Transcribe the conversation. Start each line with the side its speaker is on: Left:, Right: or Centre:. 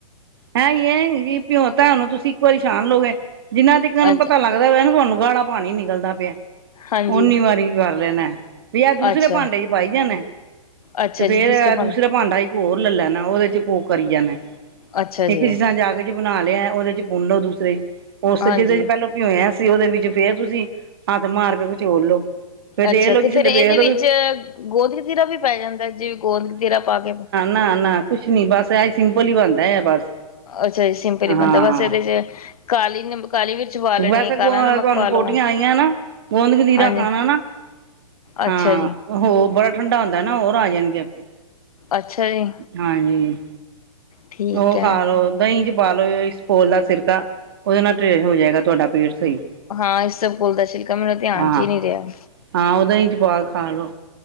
Right: ਹੈਂ ਕਿ ਭਿਓ ਤਾਂ ਓਹਨੂੰ ਤੁਸੀਂ ਇੱਕ ਵਾਰੀ ਛਾਣ ਲਓਗੇ ਜਿੰਨਾ ਤਕ ਨੂੰ
Left: ਅੱਛਾ
Right: ਪਤਾ ਲੱਗਦਾ ਵਾ ਤੁਹਾਨੂੰ ਗਾੜਾ ਪਾਣੀ ਨਿਕਲਦਾ ਪਿਆ
Left: ਹਾਂਜੀ
Right: ਓਨੀ ਵਾਰੀ ਕਰ ਲੈਣਾ ਵੀ ਆਹ ਦੂਸਰੇ
Left: ਅੱਛਾ
Right: ਭਾਂਡੇ ਚ ਪਾਈ ਜਾਣੇ
Left: ਅੱਛਾ
Right: ਤੇ ਫੇਰ
Left: ਜੀ ਦੂਸਰੇ ਪਾਣੀ
Right: ਦੂਸਰਾ ਭਾਂਡਾ ਇੱਕ ਹੋਰ ਲੈ ਲੈਣਾ ਉਹਦੇ ਚ ਕੋ ਕਰੀ ਜਾਣਾ
Left: ਅੱਛਾ ਜੀ
Right: ਇੱਕ ਜਿਸ ਤਰ੍ਹਾਂ ਜੱਗ ਚ ਬਣਾ ਲਿਆ ਉਹਦੇ ਚ ਪੁੁੰਨ ਲੋ ਦੂਸਰੇ ਚ ਉਸ
Left: ਹਾਂਜੀ
Right: ਜਿਹਦੇ ਚ ਪਹਿਲੋਂ ਪਿਓਆ ਸੀ ਉਹਦੇ ਵਿੱਚ ਫੇਰ ਤੁਸੀਂ ਹੱਥ ਮਾਰ ਕੇ ਕਚੋਲ ਲੋ ਫੇਰ ਦੇਖ
Left: ਅੱਛਾ
Right: ਲੋ
Left: ਤੇ,
Right: ਜਿਸਲੇ
Left: ਫੇਰ ਇਹਦੇ
Right: ਵੇਖ ਲੋ
Left: ਵਿੱਚ ਗੋਦ ਕਤੀਰਾ ਵੀ ਪੈ ਜਾਂਦਾ ਜਿਵੇਂ ਗੋਦ ਕਤੀਰਾ ਪਾ ਕੇ
Right: ਨ-ਨਾ, ਕੁਛ ਨੀ ਬਸ ਐ ਹੀ ਸਿੰਪਲ ਹੀ ਬਣਦਾ ਐ ਬਸ
Left: ਅੱਛਾ ਜੀ ਸਿੰਪਲ ਹੀ
Right: ਹਾਂ
Left: ਬਣਦਾ ਬਸ ਇਹਦੇ ਚ ਕਾਲੀ ਨ ਕਾਲੀ ਮਿਰਚ ਪਾ ਲੈਣੀ
Right: ਵੈਸੇ
Left: ਕਾਲਾ
Right: ਤੁਹਾਨੂੰ
Left: ਨਮਕ ਪਾ ਲਓ
Right: ਪੋਟੀਆਂ ਆਈਆਂ ਨਾ ਗੋਂਦ ਕਤੀਰਾ
Left: ਹਾਂਜੀ
Right: ਖਾਣਾ ਨਾ
Left: ਅੱਛਾ
Right: ਹਾਂ,
Left: ਜੀ
Right: ਹੋ ਬੜਾ ਠੰਡਾ ਹੁੰਦਾ ਨਾ ਉਹ ਆ ਜਾਣਗੇ ਆਪੇ
Left: ਅੱਛਾ ਜੀ
Right: ਹਾਂਜੀ
Left: ਠੀਕ
Right: ਉਹ
Left: ਹੈ
Right: ਖਾ ਲਓ। ਦਹੀਂ ਚ ਪਾ ਲੋ ਪੋਲ ਦਾ ਸਿਰਕਾ ਉਹਦੇ ਨਾਲ ਢਿੱਡ ਹੋ ਜਾਏਗਾ ਤੁਹਾਡਾ ਪੇਟ ਹੀ,
Left: ਹਾਂ ਇਸ ਸਭ ਕੋਲ ਦਾ ਛਿਲਕਾ ਮੈਨੂੰ ਧਿਆਨ
Right: ਹਾਂ-ਹਾਂ
Left: ਚ ਹੀ ਨਹੀਂ ਰਿਹਾ
Right: ਓ ਦਹੀ ਚ ਪਾ ਖਾਲੋ